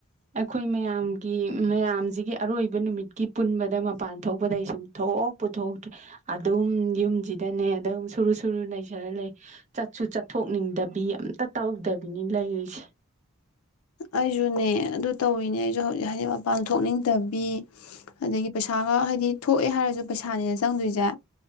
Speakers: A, on the right (about 35°); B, on the left (about 80°).
A: ꯑꯩꯈꯣꯏ ꯃꯌꯥꯝꯒꯤ ꯃꯌꯥꯝꯁꯤꯒꯤ ꯑꯔꯣꯏꯕ ꯅꯨꯃꯤꯠꯀꯤ ꯄꯨꯟꯕꯗ ꯃꯄꯥꯟ ꯊꯣꯛꯄꯗ ꯑꯩ ꯁꯨꯡꯊꯣꯛ ꯄꯨꯊꯣꯛꯇ꯭ꯔꯦ ꯑꯗꯨꯝ ꯌꯨꯝꯁꯤꯗꯅꯦ ꯑꯗꯨꯝ ꯁꯨꯔꯨ ꯁꯨꯔꯨ ꯅꯩꯖꯔ ꯂꯩꯦ ꯆꯠꯁꯨ ꯆꯠꯊꯣꯛꯅꯤꯡꯗꯕꯤ ꯑꯝꯇ ꯇꯧꯗꯕꯤꯅꯤ ꯂꯩꯔꯤꯁꯦ
B: ꯑꯩꯁꯨꯅꯦ ꯑꯗꯨ ꯇꯧꯏꯤꯅꯦ ꯑꯩꯁꯨ ꯍꯧꯖꯤꯛ ꯍꯥꯏꯗꯤ ꯃꯄꯥꯟ ꯊꯣꯛꯅꯤꯡꯗꯕꯤ ꯑꯗꯒꯤ ꯄꯩꯁꯥꯒ ꯍꯥꯏꯗꯤ ꯊꯣꯛꯑꯦ ꯍꯥꯏꯔꯁꯨ ꯄꯩꯁꯥꯅꯤꯅ ꯆꯪꯗꯣꯏꯁꯦ